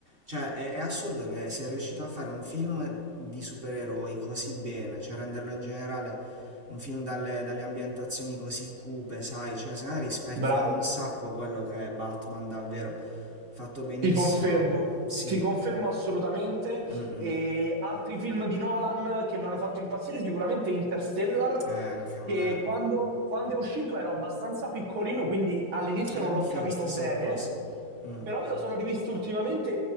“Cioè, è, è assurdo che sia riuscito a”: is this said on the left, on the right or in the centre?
Right